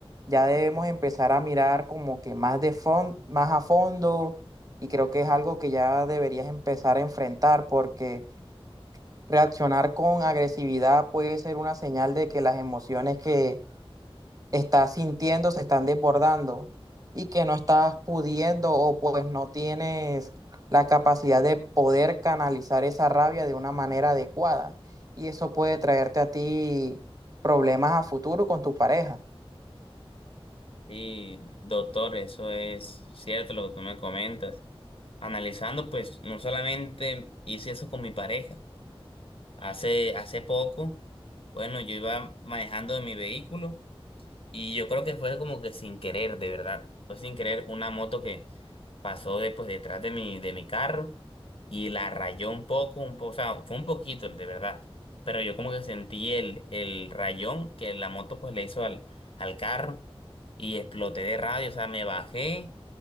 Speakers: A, on the right; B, on the left.
A: ya debemos empezar a mirar como que más de fon- más a fondo y creo que es algo que ya deberías empezar a enfrentar porque reaccionar con agresividad puede ser una señal de que las emociones que estás sintiendo, se están desbordando y que no estás pudiendo o pues no tienes la capacidad de poder canalizar esa rabia de una manera adecuada. Y eso puede traerte a ti problemas a futuro con tu pareja.
B: Sí, doctor, eso es cierto lo que tú me comentas. Analizando, pues, no solamente hice eso con mi pareja. Hace, hace poco, bueno, yo iba manejando en mi vehículo y yo creo que fue como que sin querer, de verdad. Fue sin querer una moto que pasó de, pues, detrás de mi, de mi carro y la rayó un poco, un poco, o sea, fue un poquito, de verdad. Pero yo como que sentí el, el rayón que la moto pues le hizo al, al carro y exploté de radio, o sea, me bajé,